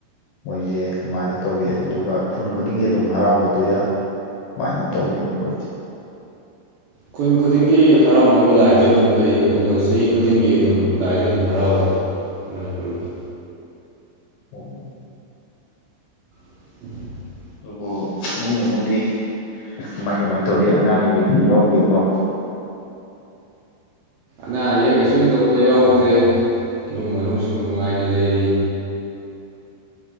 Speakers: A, on the left; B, on the right.
A: ꯃꯣꯏꯁꯦ ꯀꯃꯥꯏꯅ ꯇꯧꯏ ꯑꯗꯨꯒ ꯈꯨꯟ ꯈꯨꯗꯤꯡꯒꯤ ꯑꯗꯨꯝ ꯍꯔꯥꯎꯒꯗꯣꯏꯔ ꯀꯃꯥꯏꯅ ꯇꯧꯋꯤ ꯃꯈꯣꯏꯁꯦ
B: ꯈꯨꯟ ꯈꯨꯗꯤꯡꯒꯤ ꯍꯔꯥꯎ ꯇꯣꯛꯅꯕ ꯂꯥꯏꯁꯦ ꯑꯗꯨꯝ ꯂꯩ ꯑꯗꯨꯒ ꯆꯍꯤ ꯈꯨꯗꯤꯡꯒꯤ ꯑꯗꯨꯝ ꯂꯥꯏꯁꯦ ꯑꯗꯨꯝ ꯍꯔꯥꯎꯋꯦ ꯃꯅꯤꯄꯨꯔꯒꯤ
A: ꯑꯣ
B: <inaudible>
A: ꯑꯗꯨꯕꯨ ꯏꯃꯨꯡ ꯃꯅꯨꯡꯗꯤ ꯀꯃꯥꯏ ꯀꯃꯥꯏ ꯇꯧꯔꯤ ꯑꯅꯥ ꯑꯌꯦꯛ ꯌꯥꯎꯗꯦꯀꯣ
B: ꯅꯥ ꯌꯦ ꯀꯩꯁꯨ ꯍꯟꯗꯣꯛꯄ ꯌꯥꯎꯗꯦ ꯏꯃꯨꯡ ꯃꯅꯨꯡ ꯁꯨꯝ ꯅꯨꯡꯉꯥꯏꯅ ꯂꯩꯔꯤ